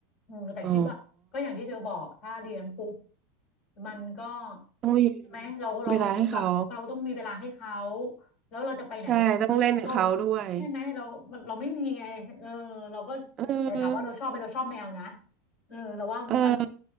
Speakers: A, on the left; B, on the right.
A: อืมแต่คิดว่าก็อย่างที่เธอบอกถ้าเลี้ยงปุ๊บ
B: อ๋อ
A: มันก็
B: ต้องมี
A: ใช่ไหมเราเราเหมือนแบบเราต้องมีเวลาให้เขา
B: เวลาให้เขา
A: แล้วเราจะไปไหนเราเรา
B: ใช่ต้องเล่นกับเขาด้วย
A: ใช่ไหมเรามันเราไม่มีไงเออเราก็
B: เอ
A: แต่ถามว่าเราชอบไหมเราชอบแมวนะ
B: อ
A: เออเราว่ามัน
B: เออ